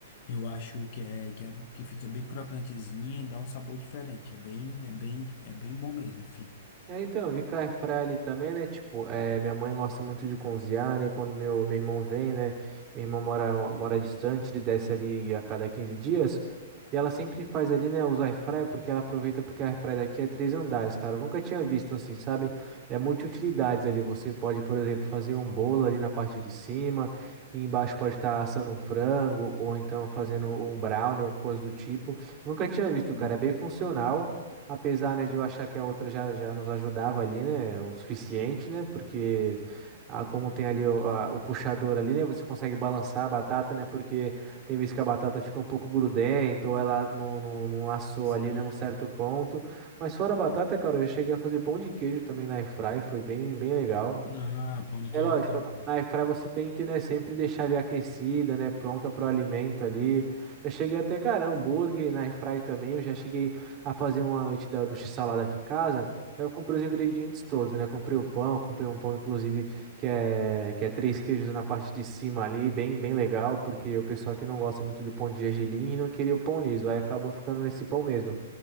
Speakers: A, on the left; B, on the right.
A: Eu acho que é que, é, que fica bem crocantezinha e dá um sabor diferente. É bem, é bem, é bem bom mesmo, fica.
B: É, então, ficar air fryer ali também, né? Tipo, é, minha mãe gosta muito de cozinhar, né? Quando meu, meu irmão vem, né? Meu irmão mora, mora distante, ele desce ali a cada 15 dias. E ela sempre faz ali, né? Os air fryer, porque ela aproveita porque a air fryer daqui é três andares, cara. Eu nunca tinha visto assim, sabe? É multiutilidades ali. Você pode, por exemplo, fazer um bolo ali na parte de cima. E embaixo pode estar assando um frango ou então fazendo um brownie, alguma coisa do tipo. Nunca tinha visto,
A: Sim.
B: cara. É bem funcional. Apesar, né, de eu achar que a outra já, já nos ajudava ali, né, o suficiente, né, porque ah, como tem ali o, a- o puxador ali, né, você consegue balançar a batata, né, porque tem vezes que a batata fica um pouco grudenta ou ela não, não, não assou
A: Sim.
B: ali, né, um certo ponto. Mas fora a batata, cara, eu já cheguei a fazer pão de queijo também na airfry, foi bem, bem legal.
A: Ah, pão de
B: É
A: queijo
B: lógico,
A: é top,
B: na na airfryer você tem que, né, sempre deixar ali aquecida, né, pronta para o alimento ali. Já cheguei até, cara, hambúrguer na airfryer também, eu já cheguei a fazer uma noite da, do x-salada aqui em casa. Aí eu comprei os ingredientes todos, né, comprei o pão, comprei um pão, inclusive, que é, que é três queijos na parte de cima ali, bem, bem legal, porque o pessoal que não gosta muito do pão de gergelim e não queria o pão liso, aí acabou ficando nesse pão mesmo.